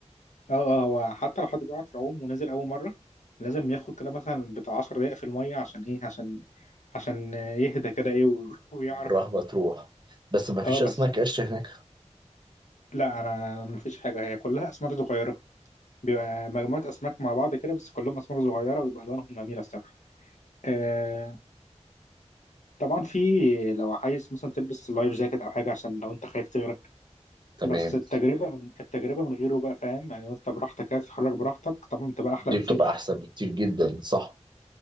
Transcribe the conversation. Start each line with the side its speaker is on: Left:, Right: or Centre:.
Left: اه اه هو حتى لو حد بيعرف يعوم ونازل اول مره لازم ياخد كده مثلا بتاع 10 دقائق في الميه عشان ايه عشان عشان يهدى كده ايه و- <laughs> ويعرف
Right: والرهبه تروح بس ما
Left: اه
Right: فيش
Left: بس
Right: اسماك قرش هناك
Left: لا انا مفيش حاجه هي كلها اسماك صغيره بيبقى مجموعه اسماك مع بعض كده بس كلهم اسماك صغيره ويبقى الوانهم جميله الصراحه آه طبعا في لو عايز مثلا تلبس لايف جاكيت او حاجه عشان لو انت خايف تغرق
Right: تمام
Left: بس التجربه من التجربه من غيره بقى فاهم يعني وانت براحتك كده تتحرك براحتك طبعا بتبقى احلى
Right: دي
Left: بكتير
Right: بتبقى احسن بكتير جدا صح